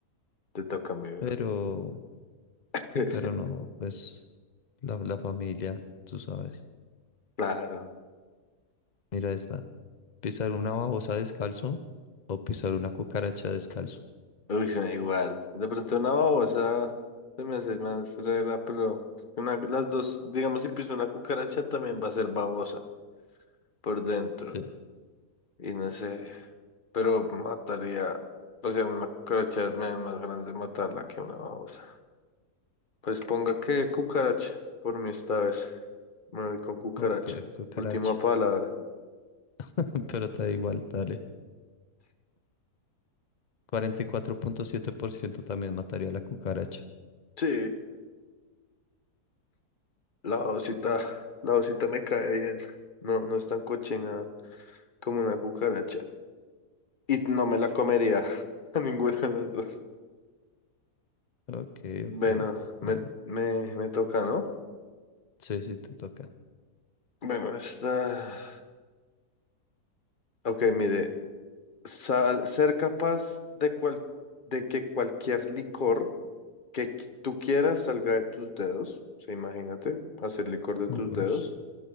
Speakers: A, on the left; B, on the left.
A: te toca a mí,
B: Pero,
A: bro. <laughs>
B: pero no, pues, la, la familia, tú sabes.
A: Claro.
B: Mira esta. ¿Pisar una babosa descalzo o pisar una cucaracha descalzo?
A: Uy, se me da igual. De pronto una babosa se me hace más rela, pero una, las dos, digamos, si piso una cucaracha también va a ser babosa por dentro.
B: Sí,
A: Y no sé. pero mataría, o sea, una cucaracha me da más ganas de matarla que una babosa. Pues ponga que cucaracha, por mí esta vez. Me voy con cucaracha.
B: ok, cucaracha.
A: Última palabra.
B: <laughs> Pero te da igual, dale. cuarenta y cuatro punto siete por ciento también mataría a la cucaracha.
A: Sí, la babosita, la babosita me cae bien. No, no es tan cochina como una cucaracha. Y no me la comería <laughs> a ninguna de las dos.
B: Ok, ok.
A: Bueno, me,
B: Bueno,
A: me, me toca, ¿no?
B: Sí, sí, te toca.
A: Bueno, esta... Ok, mire. sa- ser capaz de, cual- de que cualquier licor que qui- tú quieras salga de tus dedos. O sea, imagínate, hacer licor de
B: Ush.
A: tus dedos.